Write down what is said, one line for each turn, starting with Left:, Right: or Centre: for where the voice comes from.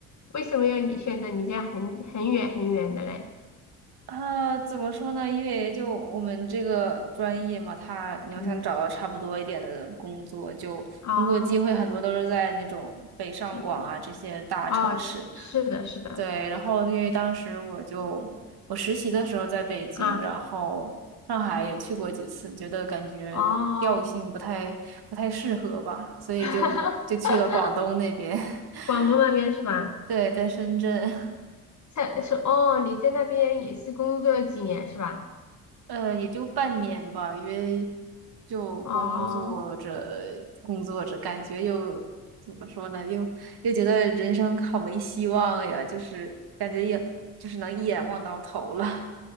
Left: 为什么要你选择你这样很很远很远的嘞？
Right: 啊，怎么说呢？因为就我们这个专业嘛，它你要想找到差不多一点的工作，
Left: 嗯，
Right: 就工作机会很多都是在那种北上广啊这些大城市。
Left: 哦，远，哦，是的，是的，
Right: 对，然后因为当时我就我实习的时候在北京，
Left: 啊，
Right: 然后上海也去过几次，觉得感觉调性不太不太适合吧，
Left: 哦，
Right: 所以就就去了广东那边。
Left: <laughs>
Right: <laughs>
Left: 广东那边是吧？
Right: 对，在深圳，
Left: 在是哦，你在那边也是工作了几年是吧？
Right: <laughs> 呃，也就半年吧，因为就工作着工作着，
Left: 哦，
Right: 感觉又怎么说呢，又又觉得人生好没希望呀，就是感觉也就是能一眼望到头了。